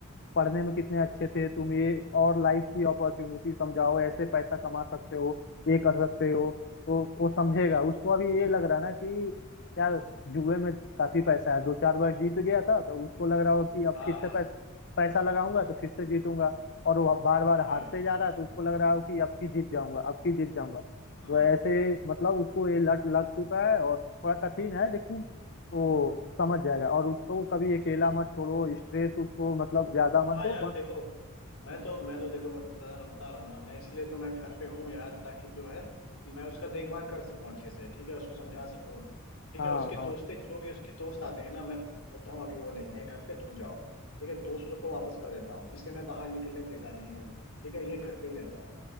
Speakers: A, on the left; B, on the left.
A: पढ़ने में कितने अच्छे थे तुम ये और लाइफ की अपॉर्चुनिटी समझाओ ऐसे पैसा कमा सकते हो ये कर सकते हो तो वो समझेगा उसको अभी ये लग रहा है ना कि यार जुए में काफी पैसा है दो चार बार जीत गया था तो उसको लग रहा हो कि अब
B: हाँ
A: फिर से
B: हाँ
A: पैसा पैसा लगाऊंगा तो फिर से जीतूंगा और वो बार बार
B: हाँ
A: हारते जा रहा है तो उसको लग रहा हो कि अब की जीत जाऊंगा अब की जीत जाऊंगा तो
B: हाँ
A: ऐसे मतलब उसको ये लत लग चुका है और थोड़ा कठिन है लेकिन वो समझ जाएगा और उसको कभी अकेला मत छोड़ो स्ट्रेस उसको मतलब ज्यादा
B: हाँ
A: मत दो
B: यार
A: बस
B: देखो मैं तो मैं तो देखो मैं बता बता रहा हूँ ना मैं इसलिए तो मैं घर पे हूँ यार ताकि जो है मैं उसका देखभाल कर सकूँ अच्छे से ठीक है उसको समझा सकूँ ठीक
A: हाँ
B: है उसके
A: हाँ
B: दोस्तें जो भी उसके दोस्त आते हैं ना मैं उनको बोलता हूँ अभी वो नहीं है घर पे तुम जाओ ठीक है दोस्त लोग को वापस कर देता हूँ इससे मैं बाहर निकलने देता नहीं हूँ ठीक है ये घर पे ही रहता है